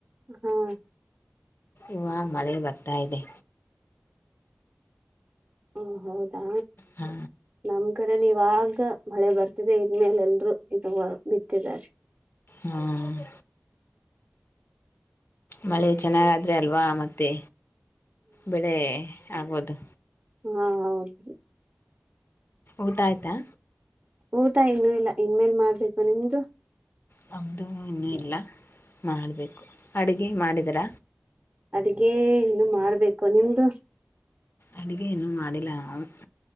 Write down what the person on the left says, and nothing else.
ಇವಾಗ ಮಳೆ ಬರ್ತಾ ಇದೆ.
ಹ
ಹ್ಮ್ ಮಳೆ ಚೆನ್ನಾಗಾದ್ರೆ ಅಲ್ವಾ ಮತ್ತೆ ಬೆಳೆ ಆಗೋದು.
ಊಟ ಆಯ್ತಾ.
ನಮ್ದೂ ಇನ್ನೂ ಇಲ್ಲ ಮಾಡಬೇಕು ಅಡುಗೆ ಮಾಡಿದ್ರ.
ಅಡುಗೆ ಇನ್ನು ಮಾಡಿಲ್ಲ ನಾನು.